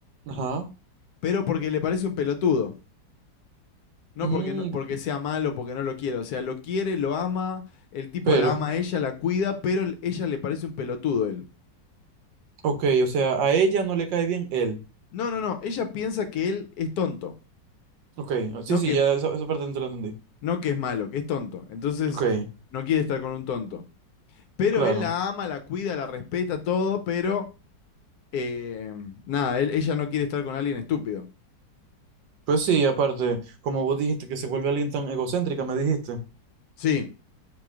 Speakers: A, on the right (about 85°); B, on the left (about 70°).
A: Ajá.
B: pero porque le parece un pelotudo. No
A: Mm,
B: porque, no porque sea malo, porque no lo quiera. O sea, lo quiere, lo ama, el tipo
A: pero...
B: la ama a ella, la cuida, pero el- ella le parece un pelotudo él.
A: Ok, o sea, a ella no le cae bien él.
B: No, no, no. Ella piensa que él es tonto.
A: Ok, ah, sí,
B: No
A: sí,
B: que,
A: ya esa, esa parte no te la entendí.
B: no que es malo, que es tonto. Entonces,
A: Ok,
B: no quiere estar con un tonto. Pero
A: claro.
B: él la ama, la cuida, la respeta, todo, pero eh, nada, él- ella no quiere estar con alguien estúpido.
A: Pues sí, aparte, como vos dijiste que se vuelve alguien tan egocéntrica, me dijiste.
B: Sí.